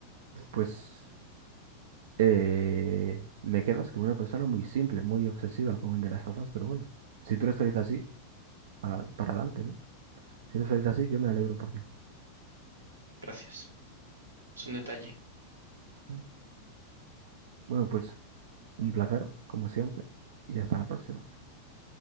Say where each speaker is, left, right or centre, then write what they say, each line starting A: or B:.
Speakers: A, on the right; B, on the right.
A: pues, eh, me quedas como una persona muy simple, muy obsesiva con el de las tofas, pero bueno, si tú eres feliz así, pa- para, adelante, ¿no? Si eres feliz así, yo me alegro por ti.
B: Gracias. Es un detalle.
A: ¿no? Bueno, pues Un placer, como siempre, y hasta la próxima. Adiós.